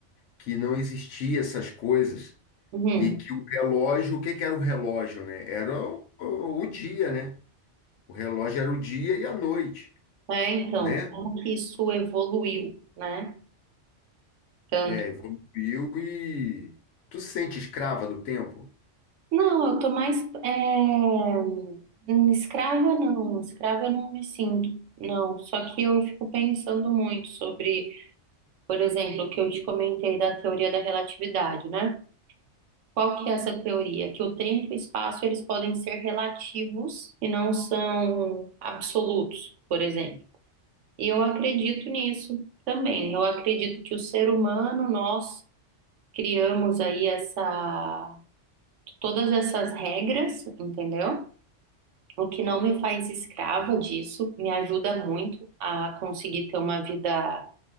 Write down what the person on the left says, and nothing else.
que não existia essas coisas
e que o relógio, o que que era o relógio, né? Era o o- o dia, né? O relógio era o dia e a noite,
né?
É, evoluiu e. Tu se sente escrava do tempo?